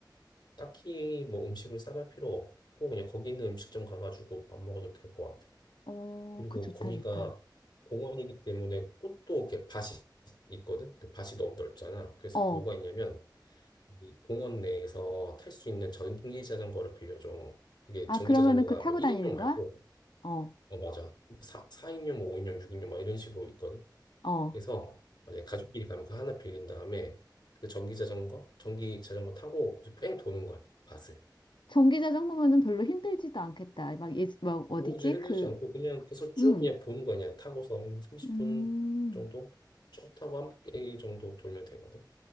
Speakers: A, on the left; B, on the left.
A: 딱히 뭐 음식을 싸갈 필요 없고 그냥 거기 있는 음식점 가가지고 밥 먹어도 될 것 같아.
B: 어,
A: 그리고
B: 그 좋다,
A: 거기가
B: 좋다.
A: 공원이기 때문에 꽃도 이렇게 밭이 있거든. 근데 밭이 너무 넓잖아. 그래서
B: 어.
A: 뭐가 있냐면 이 공원 내에서 탈 수 있는 전기 자전거를 빌려줘. 그게
B: 아,
A: 전기
B: 그러면은
A: 자전거가
B: 그 타고
A: 뭐 1인용
B: 다니는
A: 말고,
B: 거야? 어.
A: 어, 맞아. 4, 사인용 뭐 5인용, 6인용 막 이런 식으로 있거든.
B: 어.
A: 그래서 만약에 가족끼리 가면 그 하나 빌린 다음에 그 전기 자전거, 전기 자전거 타고 이제 뺑 도는 거야, 밭을.
B: 전기 자전거면은 별로 힘들지도 않겠다. 막, 예, 막 어디지?
A: 어우지 힘들지
B: 그,
A: 않고 그냥 계속 쭉
B: 음.
A: 그냥 보는 거야. 그냥 타고서 한 30분
B: 음.
A: 정도 쭉 타고 한 바퀴 정도 돌면 되거든.